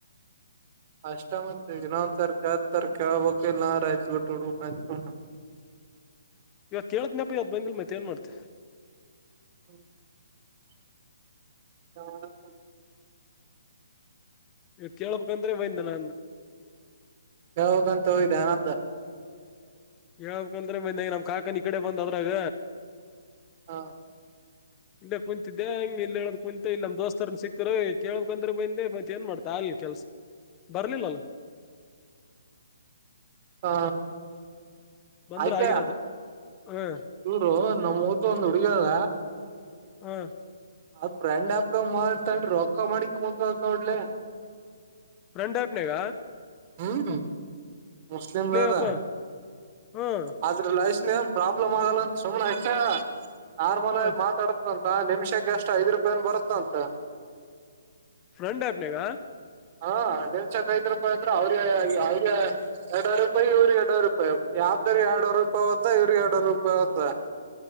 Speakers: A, on the right; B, on the left.
A: ಅಷ್ಟ ಮತ್ನದ್ ತಾರೀಕು ಹದ ತಾರಕು ಆಗ್ಬಬೇಕಕ್ ಇಲ್ಲ ನಾರ ಆ ಬಿಟ್ಟು ಹುಡು <unintelligible>
B: ಕೇಳ್ತಿನ ಅಪ್ಪಿ ಅದ್ ಬಂದಿಲ್ ಮತ್ತ ಏನ್ ಮಾಡ್ತ
A: <unintelligible> ಊಟ <unintelligible>
B: ಇವತ್ತು ಕೇಳಳ್ಬೇಕಂದ್ರೆ ಒಯಂದ ನಾನ
A: ಹ ಹೋಗಂತ ಹೋಗ್ದ ಅನ್ದ
B: ಹೇಳ್ ಬೇಕಂದ್ರೆ ಮ ಈ ನಮ್ ಕಾಕನ್ ಈ ಕಡೆ ಬಂದ್ ಅದ್ರಾಗ
A: ಹಾ
B: ಇಲ್ಲೇ ಕುಂತಿದ್ದೆ ಹಂಗ ಇಲ್ಲ ಹೇಳಕ್ ಕುಂತತ್ ಇಲ್ಲಮ ದೋಸ್ತರನ್ ಸಿಕ್ಕರು ಕೇಳಕ್ಂದ್ರ ಬಂದೆ ಮತ್ತತ್ ಏನ್ ಮಾಡ್ತಾರ ಅ ಕೆಲ್ಸ ಬರ್ಲಿಲ್ಲಲ್ಲ
A: ಹಾ
B: ಬಂದ್ರ
A: ಆಯ್ಕ
B: ಆಗಿರೋದು ಹ್ಮ್
A: ಇವರು ನಮ್ಮ್ ಊತ ಒಂದ್ ಹುಡುಗಿ ಅದ
B: ಹ್ಮ
A: ಅಫ್ರೆಂಡ್ ಹಬ್ದ ಮ್ತಲ್ ರೊಕ್ಕ ಮಾಡಿ ಕತ್ ನೋಡ್ಲೆ
B: ಫ್ರೆಂಡ್ ಐಪ್ನಗ
A: ಹ್ಮ್ ಮುಸ್ಲಿಮ ದಾದಾ
B: ಅಪ್ಪ ಹ್ಮ್
A: ಆದ್ರ ಲೈಸ್ನ್ಏನ್ ಪ್ರಾಬ್ಲಮ್ ಆಗಲ್ಲ ಅಂತ ಸುಮ್ನೆ ಎಷ್ಟ ನಾರ್ಮಲ್
B: ಹ್ಮ್
A: ಆಗಿ ಮಾತಾಡತಂತ ಹ ನಿಮಿಷಕ್ಕೆ ಅಷ್ಟ ಐದ್ ರೂಪಾಯನ್ ಬರುತ್ತ ಅಂತ
B: ಫ್ರೆಂಡ ಆಪ್ನಗ
A: ಹಾ ನಿಮಷಕ್ಐ್ರಪ್ಪ ಅಂದ್ರ ಅವ್ರ ಅವ್ರಿಗೆ ಎರಡವರು ರೂಪಾಯಿ ಇವ್ರಿಗೆ ಎರಡರು ರೂಪಾಯಿ ಯಾ ಇದ್ರ ಎರಡು ರೂಪಾಯಿತ ಇ್ರರು ಎರಡು ರೂಾಯಿ್